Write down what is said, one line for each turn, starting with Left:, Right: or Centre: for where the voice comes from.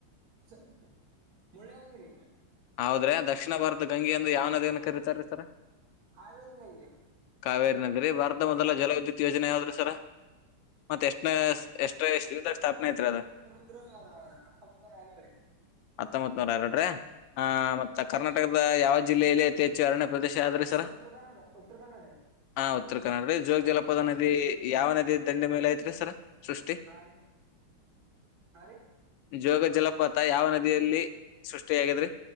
Right: ಸ ಮುಳ್ಳಯ್ಯನಗಿರಿ.
Left: ಹೌದ್ರೆ ದಕ್ಷಿಣಭಾರತ ಗಂಗೆಯಂದ್ ಯಾವ್ ನದಿಯನ್ ಕರೀತಾರಿ ಸರ?
Right: ಹಾವೇರಿನಾಗಿರಿ
Left: ಕಾವೇರಿ ನದಿರಿ ಭಾರತ ಮೊದಲ
Right: ಹಾಂ ರೀ
Left: ಜಲವಿದ್ಯುತ್ ಯೋಜನೆ ಯಾವ್ದ್ರೀ ಸರ? ಮತ್ತ್ ಎಷ್ಟನೆ ಎಷ್ಟ್ತ್ರ್ ಇಸಿವಿದಾಗ್ ಸ್ಥಾಪನೇ ಅತ್ರಿ ಅದ?
Right: ಸರ ಹತ್ತೊಂಬತ್ತ ನೂರ ಎರಡ್ ರಿ.
Left: ಹತ್ತೊಂಬತ್ ನೂರ್ ಎರಡ ರಿ ಆ
Right: ಹಾಂ ರೀ
Left: ಮತ್ತ್ ಕರ್ನಾಟಕದ ಯಾವ ಜಿಲ್ಲೆಯಲ್ಲಿ ಅತಿ ಹೆಚ್ಚು ಉಚ್ಚರಣ್ಯ ಪ್ರದೇಶ ಯಾವ್ದ್ರಿ ಸರ?
Right: ಸರ್ ಉತ್ತರ ಕನ್ನಡ ಉತ್ತರ ಕನ್ನಡ
Left: ಹಾ ಉತ್ತರ ಕರ್ನಾಡ ಜೋಗ ಜಲಪಾದ
Right: ಹಾಂ
Left: ನದಿ ಯಾವ ನದಿ ದಂಡೆ ಮೇಲೆ ಐತ್ರಿ ಸರ? ಸೃಷ್ಟಿ
Right: ಹಾಂ ರೀ ಹಾಂ ರೀ
Left: ಜೋಗ ಜಲಪಾತ ಪಾತ ಯಾವ ನದಿಯಲ್ಲಿ ಸೃಷ್ಟಿಯಾಗಿದ್ರಿ?